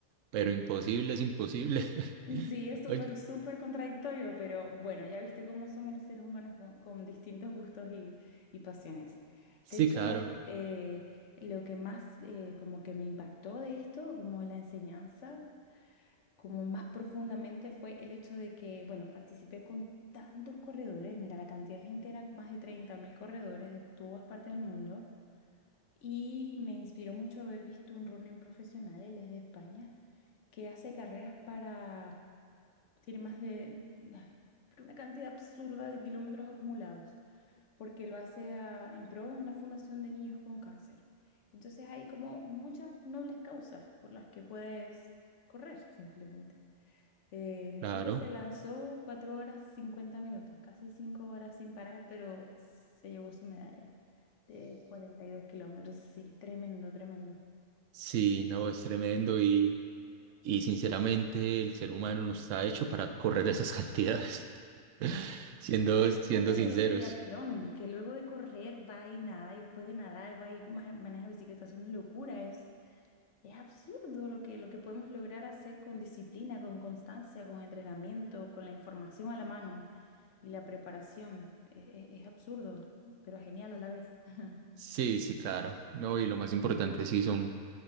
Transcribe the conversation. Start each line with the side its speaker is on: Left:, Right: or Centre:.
Right: pero imposible es imposible. <laughs>
Left: Sí, es súper,
Right: Oye,
Left: súper contradictorio, pero bueno, ya viste cómo somos los seres humanos con, con distintos gustos y, y pasiones.
Right: sí,
Left: De hecho,
Right: claro,
Left: eh, lo que más eh, como que me impactó de esto, como la enseñanza, como más profundamente fue el hecho de que, bueno, participé con tantos corredores, mira, la cantidad de gente era más de treinta mil corredores de todas partes del mundo y me inspiró mucho haber visto un running profesional, él es de España, que hace carreras para... Tiene más de, ay, pero una cantidad absurda de kilómetros acumulados, porque lo hace a- en pro de una fundación de niños con cáncer. Entonces hay como muchas nobles causas por las que puedes correr simplemente. Eh, mi
Right: claro.
Left: esposo se lanzó 4 horas 50 minutos, casi 5 horas sin parar, pero se llevó su medalla de 42 kilómetros. Sí, tremendo, tremendo.
Right: Sí, no, es tremendo y, y sinceramente el ser humano no está hecho para correr esas cantidades, <laughs> siendo,
Left: Imagínate
Right: siendo sinceros.
Left: el triatlón, que luego de correr va y nada, y después de nadar va y ma- maneja bicicleta. Es una locura, es, es absurdo lo que, lo que podemos lograr hacer con disciplina, con constancia, con entrenamiento, con la información a la mano y la preparación. Es, es- es absurdo, pero genial a la vez. <laughs>
Right: Sí, sí, claro. No, y lo más importante sí son,